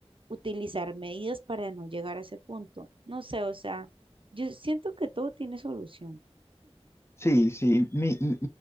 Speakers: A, on the right (about 55°); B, on the left (about 25°).
A: utilizar medidas para no llegar a ese punto. No sé, o sea, yo siento que todo tiene solución.
B: Sí, sí, mi, mi-